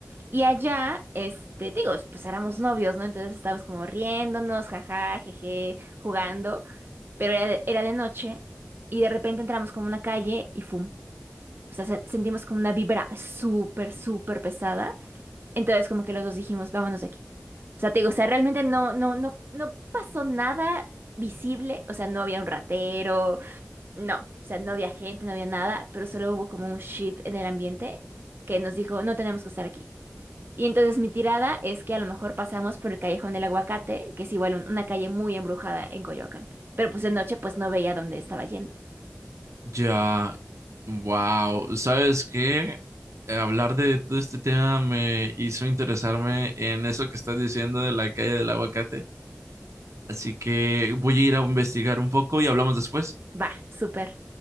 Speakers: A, on the right; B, on the right.
A: y allá, este, te digo, pues éramos novios, ¿no? Entonces estábamos como riéndonos, jaja, jeje, jugando pero era de, era de noche y de repente entramos como una calle y ¡fum! O sea, se- sentimos como una vibra súper, súper pesada. Entonces como que los dos dijimos, vámonos de aquí. O sea, te digo, o sea, realmente no, no, no, no pasó nada visible. O sea, no había un ratero, no. O sea, no había gente, no había nada, pero solo hubo como un shift en el ambiente que nos dijo, no tenemos que estar aquí. Y entonces mi tirada es que a lo mejor pasamos por el Callejón del Aguacate, que es igual un- una calle muy embrujada en Coyoacán. Pero pues de noche pues no veía dónde estaba yendo.
B: ya, wow, ¿sabes qué? Eh, Hablar de todo este tema me hizo interesarme en eso que estás diciendo de la calle del aguacate, así que voy a ir a investigar un poco y hablamos después.
A: Va, súper.